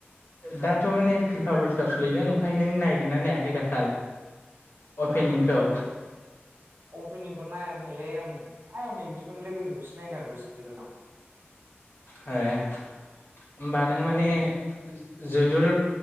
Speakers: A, on the left; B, on the right.
A: दाथ' माने फिफा वार्ल्ड काप सोलिदों ओमफाय नों नायदोंना नायाखै दाखाल? अपेनिंखौ।
B: आं अपेनिंखौ नायाखैलै आं आइ आं बिदिखौ लोगोनिखौसो नायदां दसे लोगोनाव।
A: हे होमबा नों माने जोलुर